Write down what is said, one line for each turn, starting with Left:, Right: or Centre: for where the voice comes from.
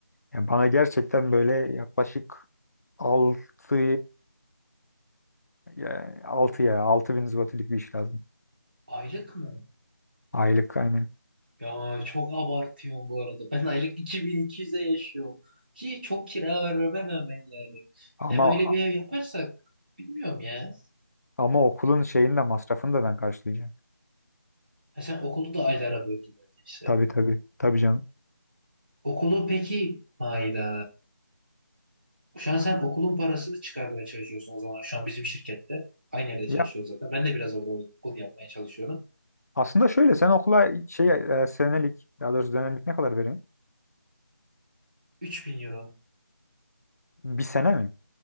Left: Yani bana gerçekten böyle yaklaşık altı ya 6 ya 6000 zlotilik bir iş lazım.
Right: Aylık mı?
Left: Aylık aynen.
Right: Ya çok abartıyorsun bu arada. Ben aylık 2200'e yaşıyorum. Ki çok kira vermeme rağmen yani. Bir
Left: Ama
Right: de böyle bir ev yaparsak bilmiyorum ya.
Left: ama okulun şeyini de masrafını da ben karşılayacağım.
Right: Ha sen okulu da aylara böldün öyleyse.
Left: Tabii tabii. Tabii canım.
Right: Okulu peki hayda. Şu an sen okulun parasını çıkarmaya çalışıyorsun o zaman. Şu an bizim şirkette. Aynı yerde
Left: Ya
Right: çalışıyoruz zaten. Ben de biraz orada onu, onu yapmaya çalışıyorum.
Left: aslında şöyle sen okula şey e, senelik daha doğrusu dönemlik ne kadar veriyorsun?
Right: 3000 euro.
Left: Bir sene mi?